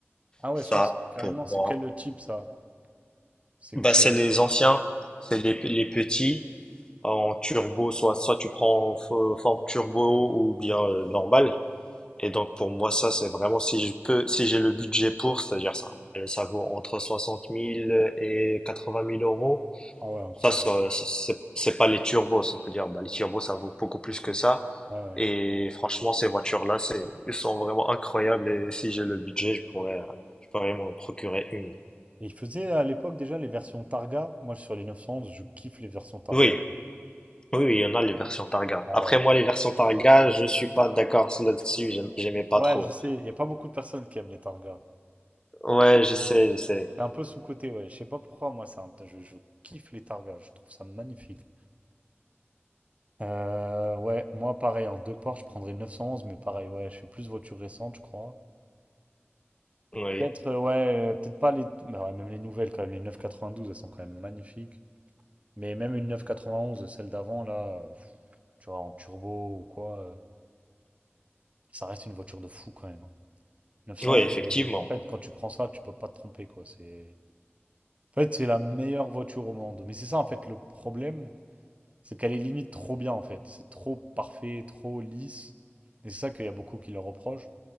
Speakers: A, on the right; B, on the left.
A: Ah ouais,
B: Ça,
A: 60 carrément,
B: pour
A: c'est
B: moi,
A: quel type ça? C'est
B: bah,
A: que c'est.
B: c'est les anciens, c'est les, les petits en turbo, soit, soit tu prends en fo- forme turbo ou bien euh, normale. Et donc, pour moi, ça, c'est vraiment si je peux, si j'ai le budget pour, c'est-à-dire ça, ça vaut entre soixante mille et quatre-vingt mille euros.
A: Ah ouais, incroyable.
B: Ça, ça, ça, c'est c'est pas les turbos, c'est-à-dire, bah, les turbos, ça vaut beaucoup plus que ça.
A: Ouais, ouais.
B: Et franchement, ces voitures-là, c'est, elles sont vraiment incroyables. Et si j'ai le budget, je pourrais, euh, je pourrais m'en procurer une.
A: Et il faisait à l'époque déjà les versions Targa. Moi, sur les 911, je kiffe les versions Targa.
B: Oui, oui, oui, il y en a les versions Targa.
A: Ah
B: Après,
A: ouais.
B: moi, les versions Targa, je suis pas d'accord là-dessus. j'aime- J'aimais pas
A: Ouais,
B: trop.
A: je sais. Il n'y a pas beaucoup de personnes qui aiment les Targa.
B: Ouais, je
A: Mm.
B: sais, je sais.
A: C'est un peu sous-coté, ouais. Je sais pas pourquoi, moi, c'est un... je, je kiffe les Targa. Je trouve ça magnifique. Euh, ouais, moi, pareil, en deux parts, je prendrais 911, mais pareil, ouais, je suis plus voiture récente, je crois.
B: Oui,
A: Peut-être, euh, ouais, euh, peut-être pas les. mais ouais, même les nouvelles, quand même. Les 992, elles sont quand même magnifiques. Mais même une 991, celle d'avant, là, euh, pff, tu vois, en turbo ou quoi. euh, Ça reste une voiture de fou quand même. hein. 911,
B: oui, effectivement.
A: euh, en fait, quand tu prends ça, tu peux pas te tromper, quoi. C'est... En fait, c'est la meilleure voiture au monde. Mais c'est ça, en fait, le problème, c'est qu'elle est limite trop bien, en fait. C'est trop parfait, trop lisse. Et c'est ça qu'il y a beaucoup qui leur reprochent.